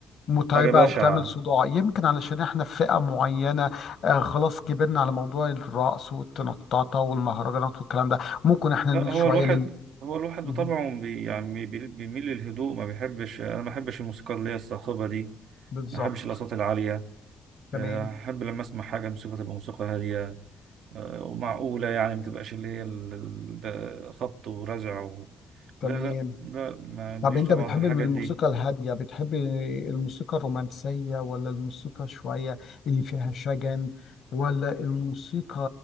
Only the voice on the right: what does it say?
حاجة بشعة
لا
هو
الواحد
هو الواحد
بطبعه بي يعني بي- بيميل للهدوء ما بيحبش أنا ما بحبش الموسيقى اللي هي الصاخبة دي
ما بحبش الأصوات العالية
أحب لما أسمع حاجة موسيقى تبقى موسيقى هادية أه، ومعقولة يعني ما تبقاش اللي هي ال- ال- ده خبط ورزع و...
لا لا لا ما ليش
طبعا
في الحاجات
دي